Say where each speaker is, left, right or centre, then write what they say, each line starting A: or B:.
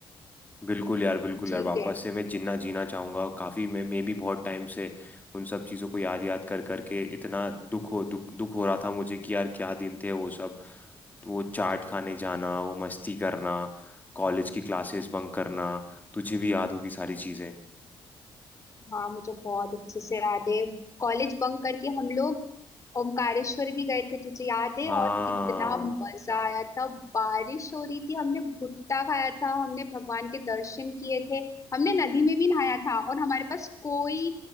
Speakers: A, on the left; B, on the left.
A: बिल्कुल यार बिल्कुल
B: जीते
A: यार वापस
B: हैं
A: से मैं जिन्ना जीना चाहूंगा और काफी मैं मैं भी बहुत टाइम से उन सब चीजों को याद याद कर करके इतना दुख हो दुख दुख हो रहा था मुझे कि यार क्या दिन थे वो सब वो चाट खाने जाना वो मस्ती करना कॉलेज की क्लासेस बंक करना तुझे भी याद होगी सारी चीजें
B: हाँ मुझे बहुत अच्छे से याद है कॉलेज बंक करके हम लोग ओमकारेश्वर भी गए थे तुझे याद
A: हाँ
B: है और कितना मजा आया था बारिश हो रही थी हमने भुट्टा खाया था हमने भगवान के दर्शन किए थे हमने नदी में भी नहाया था और हमारे पास कोई